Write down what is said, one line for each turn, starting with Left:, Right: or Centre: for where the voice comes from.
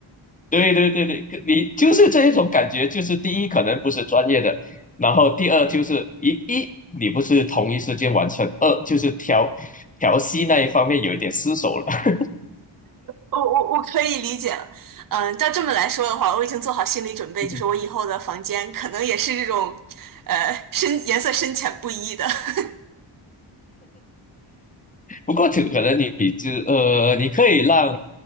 Left: 对对对对，你就是这一种感觉，就是第一可能不是专业的，然后第二就是一一你不是同一时间完成，二就是调调息那一方面有一点失手了。
Right: 我我我可以理解了，嗯，照这么来说的话，我已经做好心理准备，
Left: <laughs>
Right: 就是我以后的房间可能也是这种，呃，深颜色深浅不一的。<laughs>
Left: 不过就可能你就呃，你可以让，